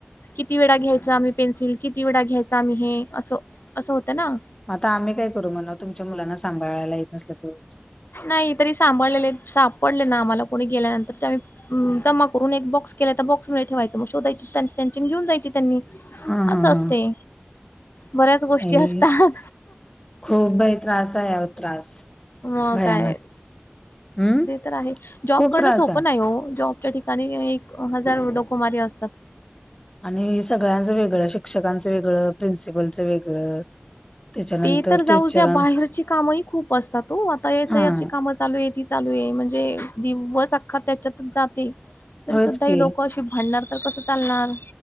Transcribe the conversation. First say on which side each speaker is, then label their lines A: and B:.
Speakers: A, on the left; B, on the left.
A: किती वेळा घ्यायचा आम्ही पेन्सिल किती वेळा घ्यायचा आम्ही हे असं असं होतंय ना.
B: आता आम्ही काय करू म्हणव तुमच्या मुलांना सांभाळायला येत नसला तर व्यवस्थित.
A: नाही तरी सांभाळलेले सापडले ना आम्हाला कोणी गेल्यानंतर ते आम्ही उम्म जमा करून एक बॉक्स केला त्या बॉक्स मध्ये ठेवायचं मग शोधायची त्यांची त्यांची अन घेऊन जायची त्यांनी.
B: हा हा
A: असं असते
B: हा
A: बऱ्याच गोष्टी
B: आई
A: असतात.
B: खूप बाई त्रास आहे अहो त्रास.
A: मग
B: भयानक
A: काय
B: हम्म
A: ते तर आहे जॉब
B: खूप
A: करणं
B: त्रास
A: सोपं
B: आहे
A: नाही हो जॉब त्या ठिकाणी एक हजार डोकोमारी असतात.
B: आणि सगळ्यांचं वेगळं शिक्षकांचं वेगळं प्रिन्सिपलचं वेगळं त्याच्यानंतर
A: ते तर जाऊ
B: टीचरांच
A: द्या बाहेरची कामही खूप असतात हो आता एस
B: हा
A: आय आर ची कामचं चालू आहे ती चालू आहे म्हणजे दिवस अख्खा त्याच्यातच जाते. तरी
B: होच
A: सुद्धा
B: की
A: ही लोकं अशी भांडणार तर कसं चालणार